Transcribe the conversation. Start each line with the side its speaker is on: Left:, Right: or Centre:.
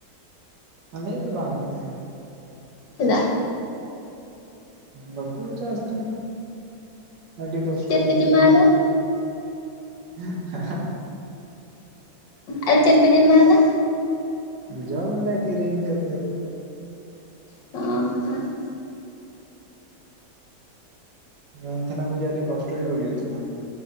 Right: ᱟᱞᱮ ᱫᱚ ᱵᱟᱝ ᱦᱩᱭ ᱛᱟᱦᱮᱱᱟ
Left: ᱪᱮᱫᱟᱜ
Right: ᱵᱟᱠᱚ ᱪᱟᱥ ᱛᱟᱦᱮᱸᱱᱟ ᱟᱹᱰᱤ ᱠᱚᱥᱴᱚ
Left: ᱪᱮᱫ
Right: ᱵᱩᱡᱩᱜ
Left: ᱯᱮ ᱡᱚᱢᱟᱣᱫᱟ
Right: ᱛᱟᱦᱮᱸᱱᱟ ᱦᱮᱸ ᱦᱮᱸ
Left: ᱟᱫᱚ ᱪᱮᱫ ᱯᱮ ᱡᱚᱢᱟ ᱟᱫᱚ
Right: ᱡᱚᱢ ᱟᱞᱮ ᱠᱤᱨᱤᱧ ᱠᱟᱛᱮᱫ
Left: ᱚ
Right: ᱢᱮᱱᱛᱟᱦᱮᱱᱟ ᱠᱚ ᱡᱮᱹ ᱟᱹᱰᱤ ᱠᱚᱥᱴᱚ ᱜᱮ ᱦᱩᱭᱩᱜ ᱛᱟᱦᱮᱱᱟ᱾